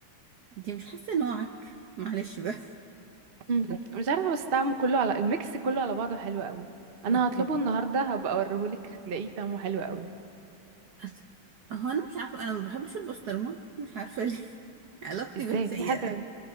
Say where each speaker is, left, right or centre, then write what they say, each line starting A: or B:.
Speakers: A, on the right; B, on the right.
A: انتي مش حاسة نوعك معلش بقى
B: مم. مش عارفة بس طعمه كله على الميكس كله على بعضه حلو قوي انا
A: اوكي
B: هطلبه النهارده هبقى اوريهولك هتلاقيه طعمه حلو قوي
A: أس... هو انا مش عارفه انا ما بحبش البسطرمه مش عارفه ليه <laughs> علاقتي
B: ازاي
A: بيها سيئه
B: في حد